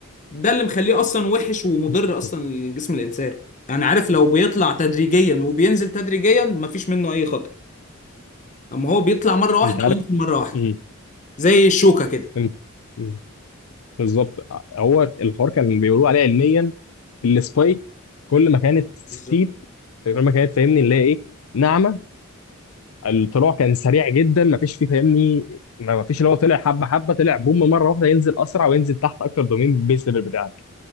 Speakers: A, on the left; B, on the left.
A: ده اللي مخليه اصلا وحش ومضر
B: <laughs>
A: اصلا لجسم الانسان يعني عارف لو بيطلع تدريجيا وبينزل تدريجيا مفيش منه اي خطر اما هو بيطلع مره واحده
B: انت عارف
A: وينزل مره واحده
B: ايه
A: زي الشوكه كده
B: إمم. إيه؟ بالظبط هو الحوار كان بيقولوا عليه علميا السبايك كل ما كانت ستيب
A: بالظبط
B: كل ما كانت فاهمني اللي هي ايه ناعمه الطلوع كان سريع جدا ما فيش فيه فاهمني ما فيش اللي هو طلع حبه حبه طلع بوم مره واحده ينزل اسرع وينزل تحت اكتر دومين بيس ليفل بتاعك